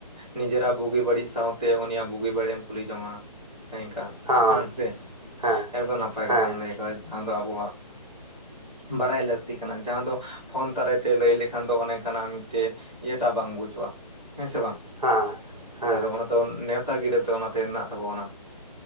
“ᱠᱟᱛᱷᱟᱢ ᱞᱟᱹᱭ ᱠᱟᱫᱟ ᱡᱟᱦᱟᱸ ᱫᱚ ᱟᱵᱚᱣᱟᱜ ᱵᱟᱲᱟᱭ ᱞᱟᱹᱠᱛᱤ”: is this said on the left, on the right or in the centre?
Centre